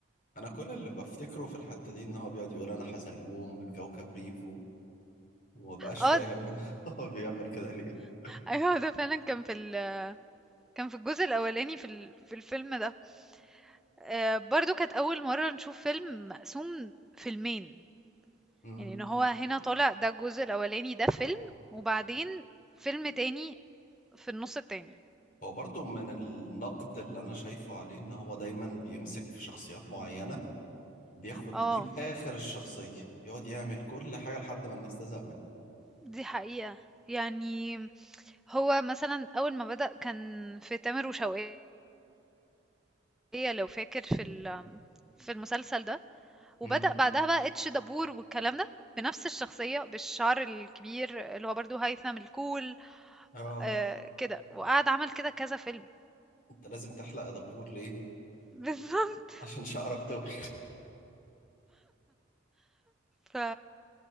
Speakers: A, on the left; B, in the centre.
A: انا كل اللي بفتكره في الحتة دي ان هو بيقعد يقول انا حزلقوم من كوكب ريفو وما بقاش
B: اه
A: فاهم <laughs> هو بيعمل كده ليه
B: ايوه ده فعلا كان في ال... كان في الجزء الاولاني في ال... في الفيلم ده آه، برضو كانت اول مرة نشوف فيلم مقسوم فيلمين
A: امم
B: يعني ان هو هنا طالع ده الجزء الاولاني ده فيلم وبعدين فيلم تاني في النص التاني
A: هو برضو من النقد اللي انا شايفه عليه ان هو دايما بيمسك في شخصيات معينة بياخد
B: اه
A: جيب اخر الشخصية يقعد يعمل كل حاجة لحد ما الناس تزهق منه
B: دي حقيقة يعني هو مثلًا أول ما بدأ كان في تامر وشوقية لو فاكر في ال في المسلسل ده، وبدأ
A: امم
B: بعدها بقى اتش دبور والكلام ده، بنفس الشخصية، بالشعر الكبير اللي هو برضه هيثم الكول
A: اه
B: آآ كده، وقعد عمل كده كذا فيلم.
A: انت لازم تحلق يا دبور ليه
B: <laughs> بالضبط.
A: عشان شعرك طول
B: ف